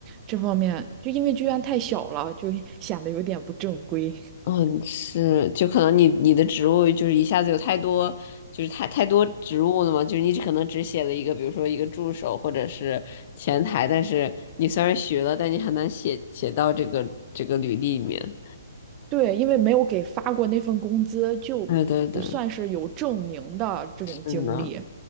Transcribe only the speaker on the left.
嗯，是，就可能你你的职务就是一下子有太多，就是太太多职务了嘛，就是你可能只写了一个，比如说一个助手或者是前台，但是你虽然学了，但你很难写写到这个这个履历里面。
对对对，是呢，